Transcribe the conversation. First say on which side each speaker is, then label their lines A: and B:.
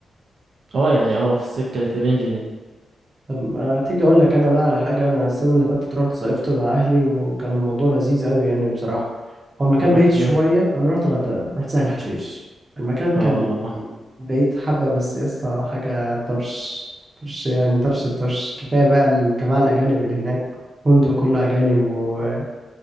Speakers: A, on the right (about 60°); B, on the right (about 25°).
A: اه يعني اه في السكة اللي في الرينج دي
B: طب ما تيجي اقول لك انا بقى على حاجه انا السنه اللي فاتت رحت صيفت مع اهلي وكان الموضوع لذيذ قوي يعني بصراحه هو المكان
A: طب رحت
B: بعيد
A: فين؟
B: شويه انا رحت الغردقه رحت سهل حشيش المكان
A: اه
B: كان بعيد حبه بس يا اسطى حاجه طرش طرش يعني طرش الطرش كفايه بقى الجماعه الاجانب اللي هناك فندق كله اجانب ودلع